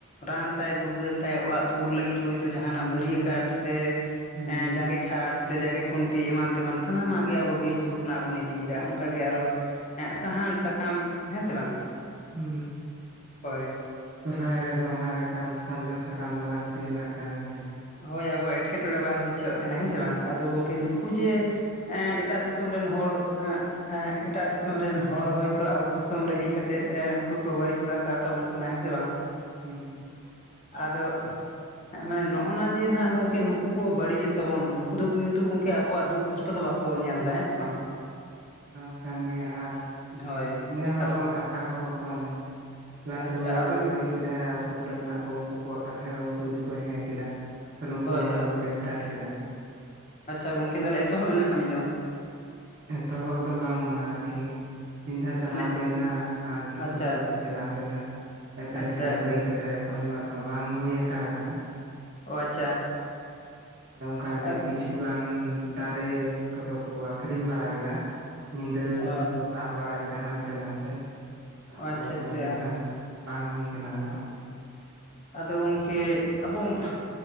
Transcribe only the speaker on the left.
ᱨᱟᱱ ᱛᱟᱭ ᱢᱩᱨᱜᱟᱹᱱ ᱛᱟᱭ ᱚᱲᱟᱜ ᱫᱩᱣᱟᱹᱨ ᱞᱟᱹᱜᱤᱫ ᱦᱚᱭᱛᱳ ᱡᱟᱦᱟᱱᱟᱜ ᱵᱷᱟᱹᱨᱭᱟᱹ ᱠᱟᱴ ᱥᱮ
ᱮ ᱡᱟᱸᱜᱮᱠᱴ ᱠᱷᱟᱴ ᱥᱮ ᱡᱟᱜᱮ ᱠᱷᱩᱱᱴᱤ ᱮᱢᱟᱱ ᱛᱮᱢᱟᱱ ᱥᱟᱱᱟᱢᱟᱜ ᱜᱮ ᱟᱵᱚ ᱵᱤᱨ ᱵᱩᱨᱩ ᱠᱷᱚᱱᱟᱜ ᱵᱚᱱ ᱤᱫᱤᱭᱮᱫᱟ ᱚᱱᱠᱟᱜᱮ ᱟᱨᱚ ᱮᱸᱜ ᱥᱟᱦᱟᱱ ᱥᱟᱠᱟᱢ ᱦᱮᱸ ᱥᱮ ᱵᱟᱝ᱾
ᱦᱳᱭ
ᱦᱳᱭ ᱟᱵᱚ ᱮᱸᱴᱠᱮᱴᱚᱸᱬᱮ ᱵᱟᱭ ᱦᱩᱭ ᱦᱚᱪᱚᱣᱟᱜ ᱠᱟᱱᱟ ᱦᱮᱸ ᱥᱮ ᱵᱟᱝ ᱟᱫᱚ ᱜᱚᱝᱠᱮ
ᱱᱩᱠᱩ ᱡᱮ ᱮᱸ ᱮᱴᱟᱜ ᱫᱤᱥᱚᱢ ᱨᱮᱱ ᱦᱚᱲ ᱮᱸᱜ ᱮᱸᱜ ᱮᱴᱟᱜ ᱫᱤᱥᱚᱢ ᱨᱮᱱ ᱦᱚᱲ ᱦᱚᱭᱛᱳ ᱟᱵᱚ ᱫᱤᱥᱚᱢ ᱨᱮ ᱦᱮᱡ ᱠᱟᱛᱮ ᱮ ᱩᱱᱠᱩ ᱠᱚ ᱵᱟᱹᱲᱤᱡ ᱵᱟᱲᱟᱤᱡ ᱵᱟᱲᱟ ᱠᱟᱜ ᱛᱟᱵᱚᱱ ᱠᱟᱱᱟ ᱦᱮᱸ ᱥᱮ ᱵᱟᱝ᱾
ᱟᱫᱚ ᱢᱟᱱᱮ ᱱᱚᱜ ᱱᱚᱜᱼᱱᱟ ᱡᱮ ᱱᱟᱦᱟᱸᱜ ᱜᱚᱝᱠᱮ ᱱᱩᱠᱩ ᱠᱚ ᱵᱟᱹᱲᱤᱡᱮᱫ ᱛᱟᱵᱚᱱ ᱱᱩᱠᱩ ᱫᱚ ᱠᱤᱱᱛᱩ ᱜᱚᱝᱠᱮ ᱟᱵᱚᱣᱟᱜ ᱫᱩᱠ ᱠᱚᱥᱴᱚ ᱫᱚ ᱵᱟᱠᱚ ᱧᱮᱞ ᱮᱫᱟ ᱦᱮᱸ ᱥᱮ ᱵᱟᱝ᱾
ᱦᱳᱭ
ᱟᱫᱚ
ᱟᱪᱪᱷᱟ
ᱟᱫᱚ
ᱦᱳᱭ
ᱦᱳᱭ
ᱟᱪᱪᱷᱟ ᱜᱚᱝᱠᱮ ᱛᱟᱦᱚᱞᱮ ᱮᱛᱚᱦᱚᱵ ᱮᱱᱟ ᱠᱟᱹᱢᱤ ᱫᱚ᱾
ᱢᱟᱱᱮ
ᱟᱪᱪᱷᱟ
ᱟᱪᱪᱷᱟ
ᱚ ᱟᱪᱪᱷᱟ
ᱟᱫᱚ
ᱚ
ᱟᱪᱪᱷᱟ ᱟᱪᱪᱷᱟ
ᱟᱫᱚ ᱜᱚᱝᱠᱮ ᱟᱵᱚ ᱢᱟ